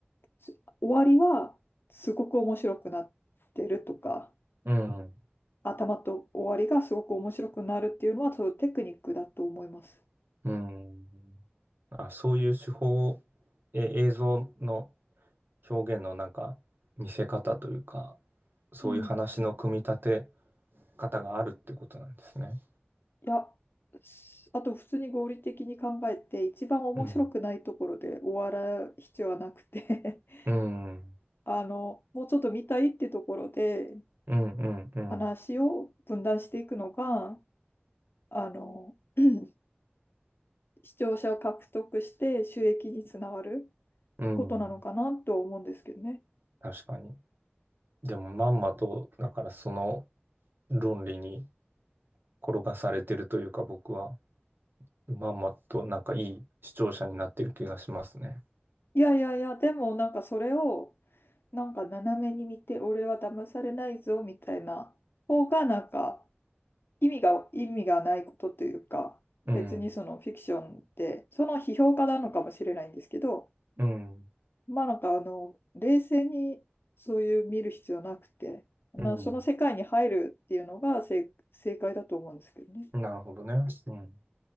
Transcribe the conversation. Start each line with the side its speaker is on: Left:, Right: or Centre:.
Left: す終わりはすごく面白くなってるとか、
Right: うん。
Left: 頭と終わりがすごく面白くなるっていうのはそういうテクニックだと思います。
Right: うん。あ、そういう手法、え、映像の表現のなんか見せ方というか、そういう話の組み立て
Left: うん
Right: 方があるってことなんですね。
Left: いや、すあと普通に合理的に考えて、一番面白くないところで終わら必要はなくて
Right: うん。うん。
Left: <laughs> あの、もうちょっと見たいってところで
Right: うん。うん。うん。
Left: 話を分断していくのが、あの、<clears throat> 視聴者を獲得して収益につながる
Right: うん
Left: ことなのかなと思うんですけどね。
Right: 確かに。でもまんまと、だからその論理に転がされてるというか僕は。まんまとなんかいい視聴者になってる気がしますね。
Left: いやいやいや、でもなんかそれをなんか斜めに見て、俺は騙されないぞみたいな方がなんか意味が、意味がないことというか、
Right: うん。
Left: 別にそのフィクションって、その批評家なのかもしれないんですけど、
Right: うん。
Left: まあなんかあの、冷静にそういう見る必要なくて、なその世界に入るっていうのが正、
Right: うん。
Left: 正解だと思うんですけどね。
Right: なるほどね。うん。